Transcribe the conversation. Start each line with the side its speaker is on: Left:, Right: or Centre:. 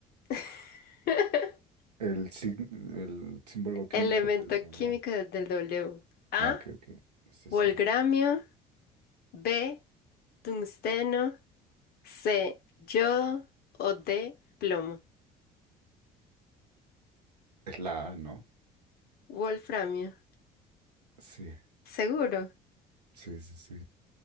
Left: <laughs>
Right: El, sig- el símbolo químico
Left: Elemento
Right: del W.
Left: químico de- del W. A,
Right: Ah, ok, ok. ese
Left: volgramio.
Right: sí.
Left: B, tungsteno. C, yodo. O D, plomo.
Right: Es la A, ¿no?
Left: Wolframio.
Right: Sí,
Left: Seguro.
Right: sí, sí, sí.